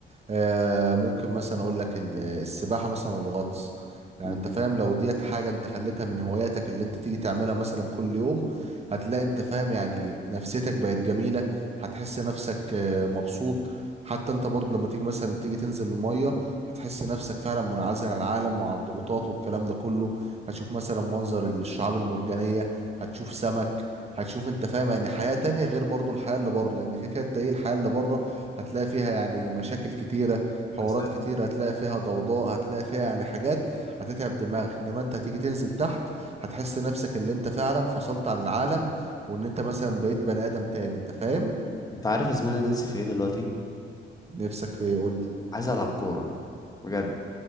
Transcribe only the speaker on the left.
مم.
بس
انت عارف يا زميلي انا نفسي في ايه دلوقتي
عايز العب كورة بجد